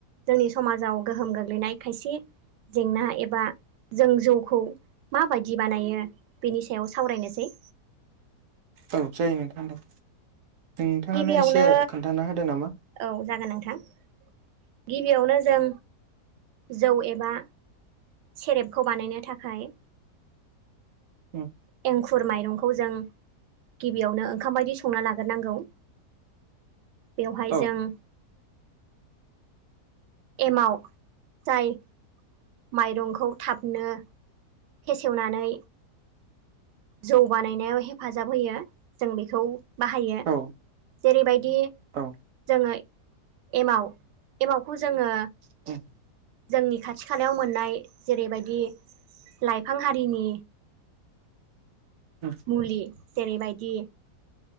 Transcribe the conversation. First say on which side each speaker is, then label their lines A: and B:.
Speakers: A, on the right; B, on the right.
A: जोंनि समाजाव गोहोम गोग्लैनाय खायसे जेंना एबा जों जौखौ माबायदि बानायो बेनि सायाव सावरायनोसै।
B: औ जायो नोंथांदों नोंथाङानो
A: गिबियावनो
B: एसे खोन्थाना होदो नामा।
A: औ जागोन नोंथां। गिबियावनो जों जौ एबा सेरेपखौ बानायनो थाखाय
B: ओम
A: एंखुर माइरंखौ जों गिबियावनो ओंखाम बायदि संना लाग्रोनांगौ। बेवहाय
B: औ
A: जों एमाव जाय माइरंखौ थाबनो फेसेवनानै जौ बानायनायाव हेफाजाब होयो जों बेखौ बाहायो
B: औ
A: जेरैबायदि
B: औ
A: जोङो एमाव एमावखौ जोङो
B: <inaudible>
A: जोंनि खाथि खालायाव मोननाय जेरैबायदि लाइफां हारिनि
B: उम
A: मुलि जेरैबायदि